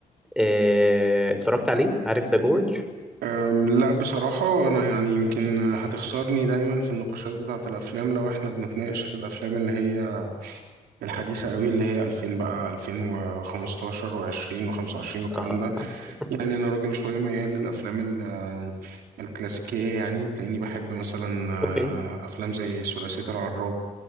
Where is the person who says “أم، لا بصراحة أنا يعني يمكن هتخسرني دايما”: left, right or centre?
Right